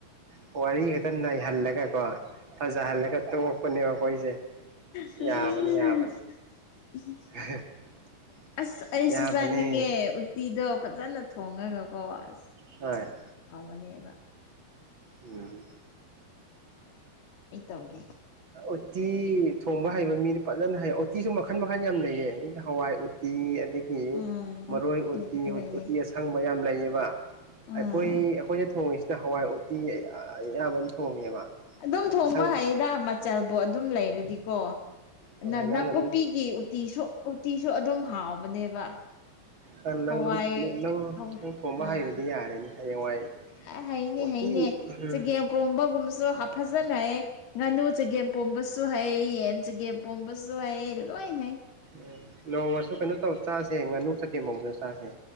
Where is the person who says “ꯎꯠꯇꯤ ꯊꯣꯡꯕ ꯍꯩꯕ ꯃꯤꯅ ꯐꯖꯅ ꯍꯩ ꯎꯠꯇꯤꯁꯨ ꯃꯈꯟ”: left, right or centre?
Right